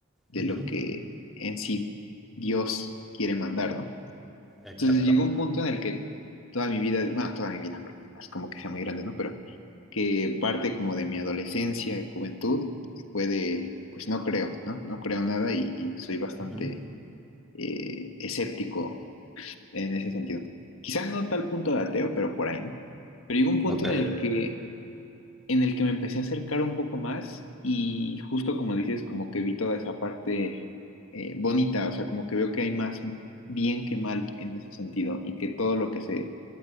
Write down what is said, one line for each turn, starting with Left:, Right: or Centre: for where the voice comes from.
Left: de
Centre: ujú,
Left: lo que en sí Dios quiere mandar, ¿no?
Centre: exacto.
Left: Entonces llegó un punto en el que toda mi vida, bueno, toda mi vida, porque no es como que sea muy grande, ¿no? Pero que parte como de mi adolescencia y juventud fue de, pues no creo, ¿no? No creo nada y, y soy bastante
Centre: Ujú,
Left: eh, escéptico en ese sentido. Quizás no tal punto de ateo, pero por ahí, ¿no? Pero llegó un punto
Centre: ok,
Left: en el que, en el que me empecé a acercar un poco más y justo como dices, como que vi toda esa parte eh, bonita, o sea, como que veo que hay más bien que mal en ese sentido y que todo lo que se,